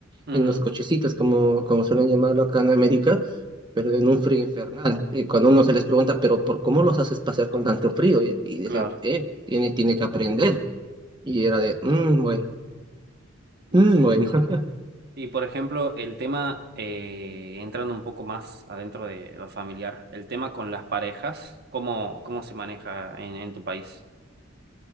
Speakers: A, on the right; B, on the right.
A: Ujú,
B: en los cochecitos, como, como suelen llamarlo acá en América, pero en un frío infernal. Y cuando uno se les pregunta, pero ¿por cómo los haces pasear con tanto frío? Y, y decían,
A: Claro.
B: eh, tiene, tiene que aprender. Y era de, "Mm, bueno,
A: Y
B: mm,
A: sí.
B: bueno. <laughs>
A: Y por ejemplo, el tema, eh, entrando un poco más adentro de lo familiar, el tema con las parejas, ¿cómo, cómo se maneja en, en tu país?